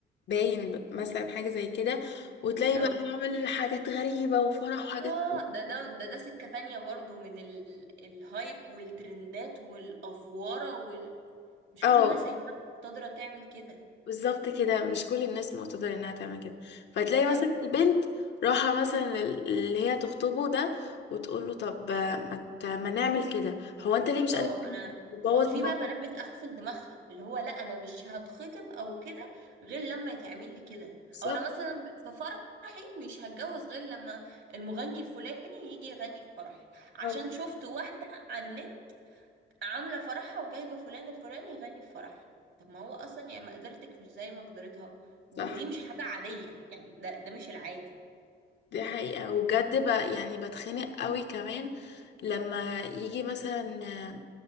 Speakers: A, on the left (about 60°); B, on the right (about 65°).
A: باين مثلا حاجه زي كده وتلاقي
B: اه
A: بقى عامل حاجات غريبه وفرح وحاجات
B: اه ده ده ده ده سكة تانية برضو من ال... الهايب والترندات والأفوارة وال... مش
A: اه
B: كل الناس يا جماعة قادرة تعمل كده
A: بالظبط كده مش كل الناس معتذر انها تعمل كده فتلاقي
B: بالظبط
A: مثلا البنت راحة مثلا لل- اللي هي تخطبه ده وتقول له طب ما, ت- ما نعمل كده هو انت ليه مش
B: اه
A: قادر تعمل
B: انا
A: كده تبوظ
B: في
A: الموقف
B: بقى بنات بتقفل دماغها اللي هو لا انا مش هتخطب او كده غير لما يتعمل لي كده
A: صح
B: او انا مثلا في فرحي مش هتجوز غير لما المغني الفلاني يجي يغني في فرحي عشان
A: أو
B: شفت واحدة على النت عاملة فرحها وجايبة فلان الفلاني يغني في فرحها طب ما هو اصلا يعني مقدرتك مش زي مقدرتها ودي
A: صح
B: مش حاجة عادية يعني ده ده مش العادي
A: دي حقيقة وبجد بقى يعني بتخنق قوي كمان لما يجي مثلا آه،